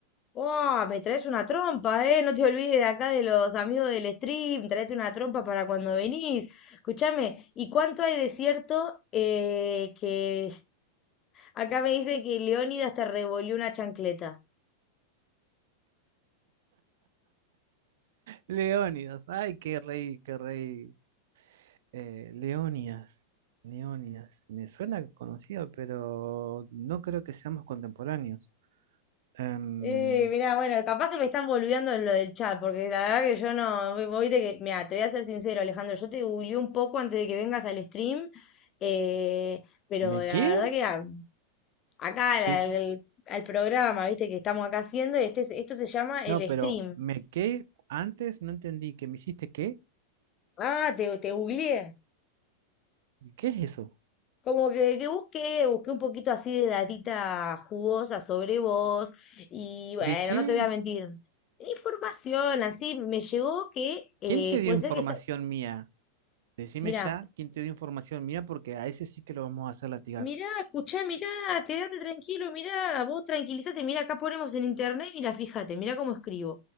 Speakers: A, on the left (about 30°); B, on the right (about 55°).
A: ¡Wow! Me traes una trompa, ¿eh? No te olvides de acá de los amigos del stream. Traete una trompa para cuando venís. Escúchame, ¿y cuánto hay de cierto eh, que acá me dice que Leónidas te revolvió una chancleta?
B: Leónidas, ay, qué rey, qué rey. Eh, Leónidas, Leónidas, me suena conocido, pero no creo que seamos contemporáneos. Em,
A: Eh, mirá, bueno, capaz que me están boludeando en lo del chat, porque la verdad que yo no. vos Viste que, mirá, te voy a ser sincero, Alejandro. Yo te googleé un poco antes de que vengas al stream. Eh, pero
B: ¿me
A: la
B: qué?
A: verdad que ah, acá
B: ¿Qué hici-
A: al, al- al programa, viste, que estamos acá haciendo, y este, es- esto se llama
B: No,
A: el
B: pero
A: stream.
B: ¿me qué? Antes no entendí que me hiciste qué.
A: Ah, te, te googleé.
B: ¿Qué es eso?
A: Como que, que busqué, busqué un poquito así de datita jugosa sobre vos, y bueno,
B: ¿De qué?
A: no te voy a mentir. Información, así me llegó que eh,
B: ¿Quién te dio
A: puede
B: información
A: ser que está.
B: mía? Decime
A: Mira,
B: ya quién te dio información mía porque a ese sí que lo vamos a hacer latigar.
A: Mirá, escuchá, mirá, quédate tranquilo, mirá, vos tranquilízate, mirá, acá ponemos en internet, mirá, fíjate, mirá cómo escribo.